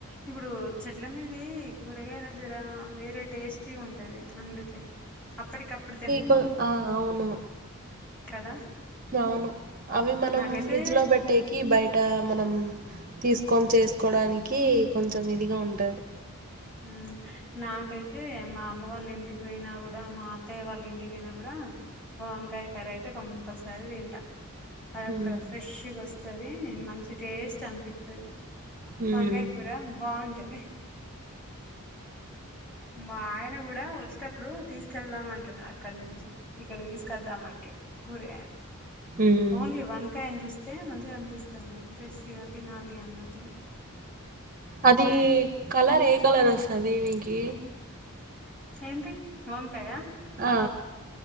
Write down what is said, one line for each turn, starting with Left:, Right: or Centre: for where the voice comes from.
Centre: ఇప్పుడు చెట్ల మీది కూరగాయల జీర వేరే టేస్టీ ఉంటది అందితే అప్పటికప్పుడు తె ఎందుకు
Right: కు ఆ అవును
Centre: కదా
Right: అవును అవి మనం
Centre: నాకైతే
Right: ఫ్రిడ్జ్ లో పెట్టేకి కి బయట మనం తీసుకొని చేసుకోవడానికి కొంచెం ఇదిగా ఉంటది
Centre: మ్మ్ నాకైతే మా అమ్మ వాళ్ళ ఇంటికి పోయినా కూడా మా అత్తయ్య వాళ్ళ ఇంటికి పోయినా కూడా వంకాయ కర్రీ అయితే కంపల్సరీ తింటా అది అక్కడ
Right: ఉమ్
Centre: ఫ్రెష్గా వస్తది మంచి టేస్ట్ అనిపిత్తది
Right: ఉమ్
Centre: వంకాయ కూర బాగుంటది మా ఆయన కూడా వచ్చేటప్పుడు తీసుకెల్దం అంటాడు అక్కడ నుంచి ఇక్కడ కి తీసుకద్దామంటడు కూరగాయలు
Right: ఉమ్.
Centre: ఓన్లీ వంకాయని చూస్ తే మంచిగా కనిపిస్తాన్నాడు ఫ్రెష్గా తినాలి అన్నట్ల
Right: అది కలర్ ఏ కలర్ వస్తది మీకి
Centre: ఏంటి వంకాయ
Right: ఆ